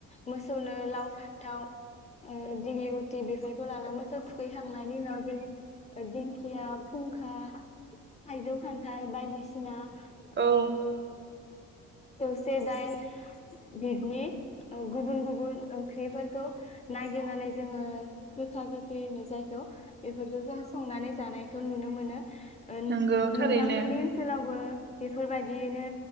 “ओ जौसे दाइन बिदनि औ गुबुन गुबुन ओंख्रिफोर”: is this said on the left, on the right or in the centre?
Left